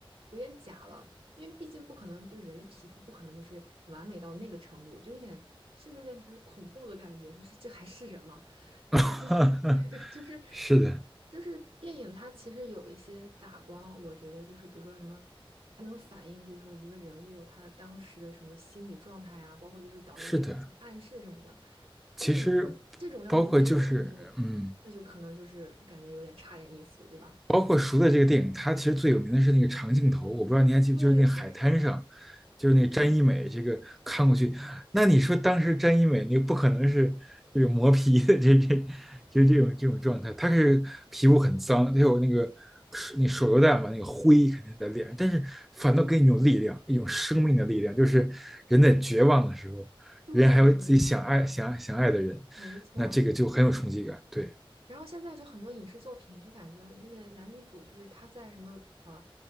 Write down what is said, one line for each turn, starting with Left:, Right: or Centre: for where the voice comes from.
Right: 有点假了，因为毕竟不可能就是人的皮肤不可能就是完美到那个程度，就有点甚至有点就是恐怖的感觉，就是这还是人吗？
Centre: <laughs>
Right: 然后 <laughs> 对对，就是
Centre: 是的，
Right: 就是电影它其实有一些打光，我觉得就是比如说什么。它能反映，就是说一个人物他当时的什么心理状态啊，包括就是导演给的一些暗示什么的。
Centre: 是的。
Right: 那你说这种要是没有了，
Centre: 其实包括就是，
Right: 那就
Centre: 嗯，
Right: 那就可能就是感觉有点差点意思，对吧？
Centre: 包括《赎的这个电影，它其实最有名的是那个长镜头，我不知道你还记不，
Right: 对，
Centre: 就是那海滩上，
Right: 就是
Centre: 就是那詹一美这个看过去，
Right: 对
Centre: 那你说当时詹一美那个不可能是这个磨皮的这这就是这种这种状态，她是皮肤很脏，她有那个那手榴弹吧，那个灰肯定在脸上，但是反倒给你一种力量，一种生命的力量，就是人在绝望的时候，
Right: 对，
Centre: 人还有自己想爱想想爱的人，
Right: 没错没错。
Centre: 那这个就很有冲击感，对。
Right: 然后现在就很多影视作品，就感觉那男女主就是他在什么呃